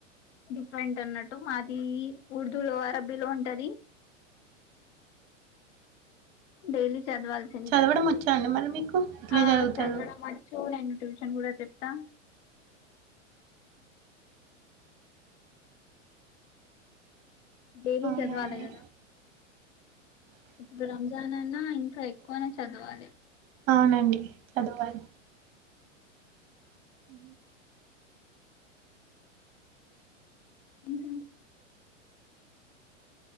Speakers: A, on the left; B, on the right.
A: డిఫరెంట్ అన్నట్టు. మాది ఉర్దూ లో అరబ్బీలో ఉంటది. డైలీ చదవాల్సిందే
B: అవునా అండి చదవడం
A: అది
B: వచ్చా అండి మరి మీకు. ఎట్లా
A: ఆ
B: చదువుతారు
A: చదవడం వచ్చు నేను ట్యూషన్ కూడా చెప్తా. డైలీ
B: అవునండి
A: చదవాలి కదా. ఇప్పుడు రంజాన్ అన్నా ఇంకా ఎక్కువనే చదవాలే.
B: అవునండి చదవాలి. ఉ
A: ఇంకా